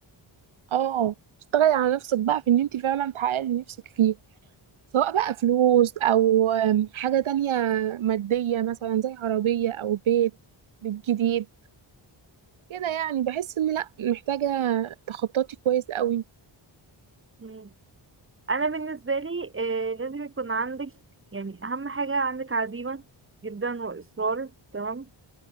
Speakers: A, on the right; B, on the right.
A: اه تشتغلي على نفسك بقى في ان انت فعلا تحققي اللي نفسك فيه سواء بقى فلوس او حاجه تانية ماديه مثلا زي عربيه او بيت بيت جديد كده يعني بحس ان لا محتاجة تخططي كويس قوي
B: مم. أنا بالنسبة لي آه لازم يكون عندك يعني أهم حاجة عندك عزيمة جدا وإصرار تمام